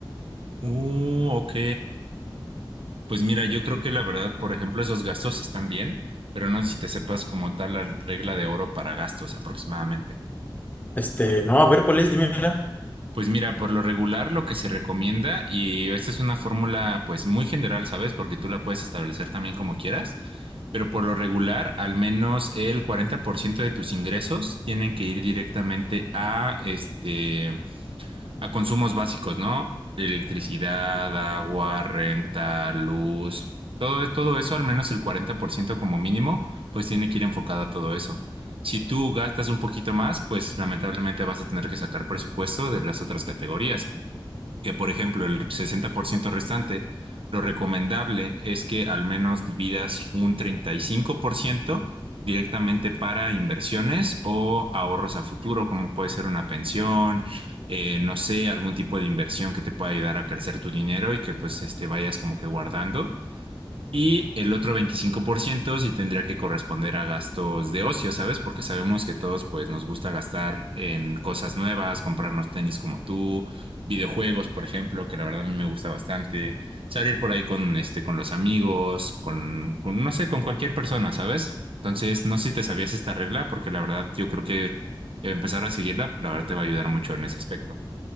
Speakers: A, on the right; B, on the left.
A: Uh, ok. Pues mira, yo creo que la verdad, por ejemplo, esos gastos están bien, pero no sé si te sepas como tal la regla de oro para gastos aproximadamente.
B: Este, no, a ver, ¿cuál es? Dímela.
A: Pues mira, por lo regular lo que se recomienda, y esta es una fórmula pues muy general, ¿sabes? Porque tú la puedes establecer también como quieras, pero por lo regular, al menos el 40% de tus ingresos tienen que ir directamente a este a consumos básicos, ¿no? Electricidad, agua, renta, luz, todo, todo eso, al menos el 40% como mínimo, pues tiene que ir enfocado a todo eso. Si tú gastas un poquito más, pues lamentablemente vas a tener que sacar presupuesto de las otras categorías que por ejemplo el 60% restante, lo recomendable es que al menos dividas un 35% directamente para inversiones o ahorros a futuro, como puede ser una pensión, eh, no sé, algún tipo de inversión que te pueda ayudar a crecer tu dinero y que pues este vayas como que guardando. Y el otro 25% sí tendría que corresponder a gastos de ocio, ¿sabes? Porque sabemos que todos pues nos gusta gastar en cosas nuevas, comprarnos tenis como tú, videojuegos, por ejemplo, que la verdad a mí me gusta bastante, salir por ahí con este con los amigos, con, con no sé, con cualquier persona, ¿sabes? Entonces, no sé si te sabías esta regla porque la verdad yo creo que empezar a seguirla, la verdad te va a ayudar mucho en ese aspecto.